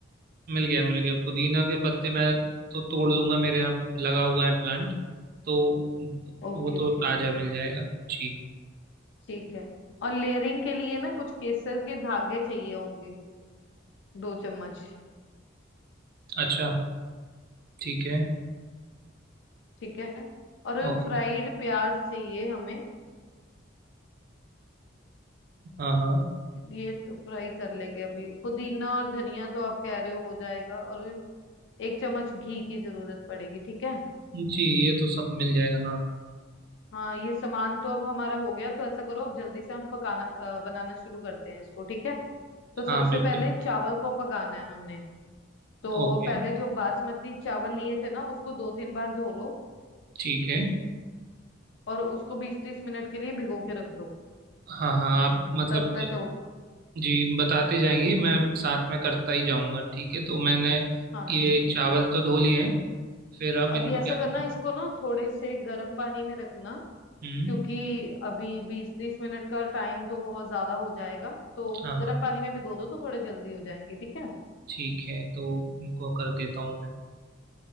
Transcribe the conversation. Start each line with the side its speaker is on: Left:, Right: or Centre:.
Right: मिल गया मिल गया पुदीना के पत्ते मैं तो तोड़ लूंगा मेरे यहाँ लगा हुआ है प्लांट तो
Left: ओके
Right: वो तो
Left: ओके
Right: ताज़ा मिल जाएगा जी
Left: ठीक है और लेयरिंग के लिए ना कुछ केसर के धागे चाहिए होंगे दो चम्मच
Right: अच्छा ठीक है
Left: ठीक है और
Right: ओके
Left: फ्राइड प्याज चाहिए हमें
Right: हाँ हाँ
Left: ये तो फ्राई कर लेंगे अभी पुदीना और धनिया तो आप कह रहे हो हो जाएगा और एक चम्मच घी की जरूरत पड़ेगी ठीक है
Right: जी ये तो सब मिल जाएगा हाँ
Left: हाँ ये सामान तो अब हमारा हो गया तो ऐसा करो अब जल्दी से हम पकाना अ, बनाना शुरू करते हैं इसको ठीक है तो सबसे
Right: हाँ बिल्कुल
Left: पहले चावल को पकाना है हमने तो
Right: ओके
Left: पहले जो बासमती चावल लिए थे ना उसको दो तीन बार धो लो
Right: ठीक है
Left: और उसको बीस तीस मिनट के लिए भिगो के रख दो
Right: हाँ हाँ आप मतलब
Left: तब तक अब
Right: जी बताते जाएंगी मैं साथ में करता ही जाऊंगा ठीक है तो मैंने
Left: हाँ
Right: ये
Left: ठीक है
Right: चावल तो धो लिए हैं फिर अब
Left: अभी
Right: इनको
Left: ऐसा
Right: क्या
Left: करना
Right: करना है?
Left: इसको ना थोड़े से गर्म पानी में रखना
Right: हम्म
Left: क्योंकि अभी बीस तीस मिनट का टाइम तो बहुत ज्यादा हो जाएगा तो
Right: हाँ
Left: गर्म
Right: हाँ
Left: पानी में भिगो दो तो थोड़े जल्दी हो जाएंगे ठीक है
Right: ठीक है तो इनको कर देता हूँ मैं